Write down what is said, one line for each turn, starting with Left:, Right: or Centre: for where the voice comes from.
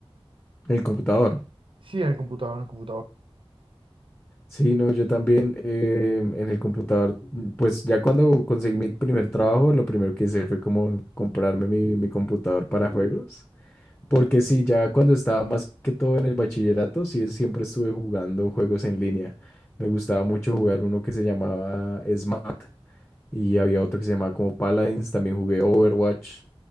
Left: El computador.
Right: sí, en el computador, en el computador.
Left: Sí, no, yo también eh, en el computador, mm, pues ya cuando conseguí mi primer trabajo, lo primero que hice fue como comprarme mi, mi computador para juegos. Porque sí, ya cuando estaba más que todo en el bachillerato, sí, siempre estuve jugando juegos en línea. Me gustaba mucho jugar uno que se llamaba Smart y había otro que se llamaba como Paladins. También jugué Overwatch.